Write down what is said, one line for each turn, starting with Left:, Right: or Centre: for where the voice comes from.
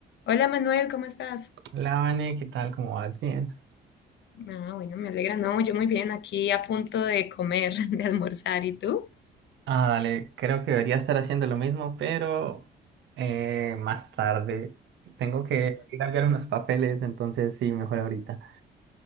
Left: Hola Manuel, ¿cómo estás?
Right: Hola, Vane, ¿qué tal? ¿Cómo vas? Bien.
Left: Ah, bueno, me alegra. No, yo muy bien, aquí a punto de comer, <laughs> de almorzar. ¿Y tú?
Right: Ah, dale, creo que debería estar haciendo lo mismo, pero eh, más tarde. Tengo que ir a enviar unos papeles, entonces sí, mejor ahorita.